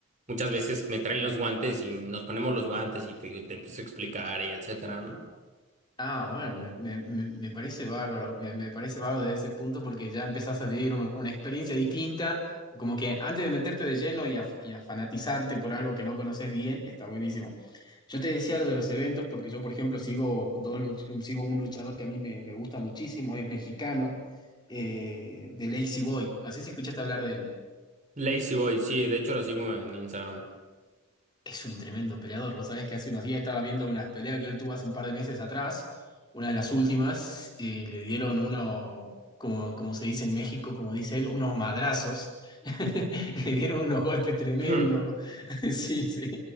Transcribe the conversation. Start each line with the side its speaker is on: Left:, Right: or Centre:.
Right: muchas veces me traen los guantes y nos ponemos los guantes y te, te empiezo a explicar y etcétera, ¿no?
Left: Ah, bueno, me, me- me- me parece bárbaro, me, me parece bárbaro desde ese punto porque ya empezás a vivir un- una experiencia distinta, como que antes de meterte de lleno y a, y a fanatizarte por algo que no conoces bien, está buenísimo. Yo te decía lo de los eventos porque yo, por ejemplo, sigo, dos luch- sigo un luchador que a mí me, me gusta muchísimo, es mexicano, eh, de Lazy Boy, no sé si escuchaste hablar de él.
Right: Lazy Boy, sí, de hecho lo sigo en Instagram.
Left: Es un tremendo peleador. Vos sabés que hace unos días estaba viendo unas peleas que él tuvo hace un par de meses atrás, una de las últimas, eh, le dieron uno, como, como se dice en México, como dice él, unos madrazos. <laughs> Le dieron unos golpes tremendos.
Right: Hmm.
Left: <laughs> Sí, sí.